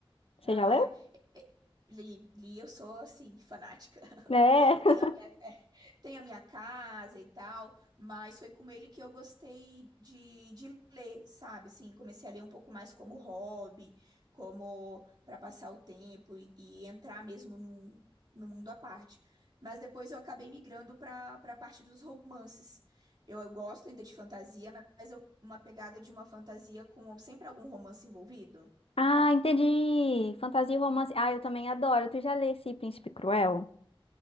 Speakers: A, on the left (about 85°); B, on the right (about 50°).
A: Você
B: Ah,
A: já leu?
B: Li, li, eu sou assim, fanática. <laughs>
A: É.
B: Tenho a minha, é, tenho a minha casa e tal, mas foi com ele que eu gostei de, de ler, sabe? Assim, comecei a ler um pouco mais como hobby, como para passar o tempo e, e entrar mesmo num, no mundo à parte. Mas depois eu acabei migrando para para a parte dos romances. Eu, eu gosto ainda de fantasia, mas eu, uma pegada de uma fantasia com sempre algum romance envolvido.
A: Ah, entendi. Fantasia e romance. Ah, eu também adoro. Tu já lê esse Príncipe Cruel?